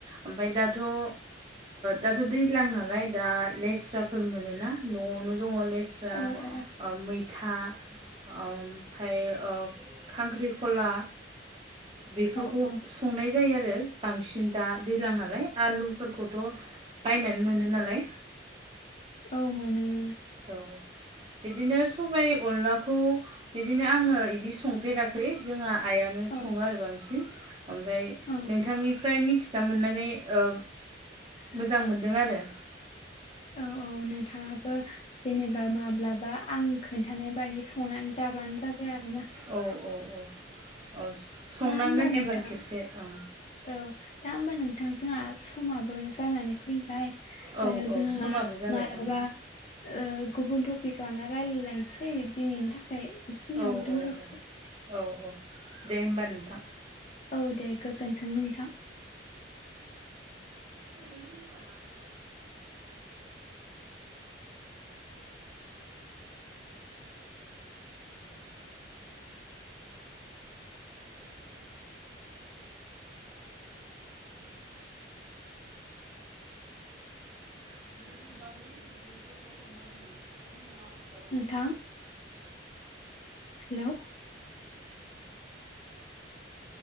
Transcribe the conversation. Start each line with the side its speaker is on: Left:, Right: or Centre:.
Right: ओमफाय दाथ' ओ दाथ' दैज्लां नालाय दा लेस्राफोर मोनोना न'आवनो दङ लेस स्रा
Left: औ औ
Right: मैथा ओमफ्राय ओ खांख्रिखला बेफोरखौ
Left: औ औ
Right: संनाय जायो आरो। बांसिन दा दैलां नालाय आलुफोरखौथ' बायनानै मोनो नालाय
Left: औ नंगौ नोंथां।
Right: औ बिदिनो सबाय अनलाखौ बिदिनो आङो इदि संफेराखै जोंहा आइयानो सङो
Left: औ
Right: आरो बांसिन ओमफ्राय
Left: औ
Right: नोंथांनिफ्राय मिथिना मोननानै ओ मोजां मोनदों आरो।
Left: औ औ नोंथाङाबो जेनेबा माब्लाबा आं खोन्थानाय बायदि संनानै जाबानो जाबाय आरोना।
Right: औ औ औ औ संनांगोन
Left: दा होमबा नोंथां
Right: एबार खेबसे औ।
Left: औ दा होमबा नोंथां जोंहा समाबो जानानै फैबाय
Right: औ
Left: ओ
Right: औ
Left: जोंहा
Right: समाबो जाबाय
Left: मालाबा
Right: औ
Left: ओ गुबुन टपिक लाना रायलायनोसै दिनैनि थाखाय बेखिनियावनो
Right: औ
Left: दोनथ'सै।
Right: औ औ औ औ दे होमबा नोंथां।
Left: औ दे गोजोन्थों नोंथां।
Right: <inaudible> <unintelligible>
Left: नोंथां हेल'